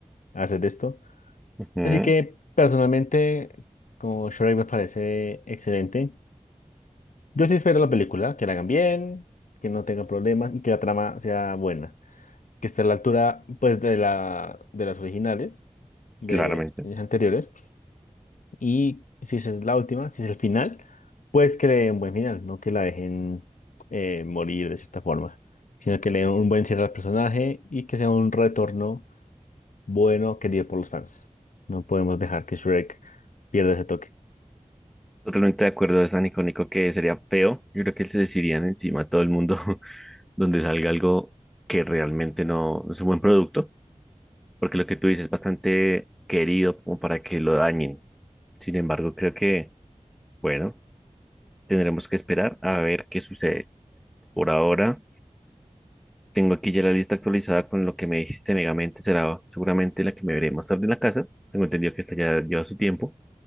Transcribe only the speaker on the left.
hacer esto.
Así que personalmente, como Shrek me parece excelente. Yo sí espero la película, que la hagan bien, que no tenga problemas y que la trama sea buena. Que esté a la altura, pues, de la, de las originales, de
años anteriores. Y si esa es la última, si es el final, pues que le den un buen final, no que la dejen eh, morir de cierta forma, sino que le den un buen cierre al personaje y que sea un retorno bueno querido por los fans. No podemos dejar que Shrek pierda ese toque.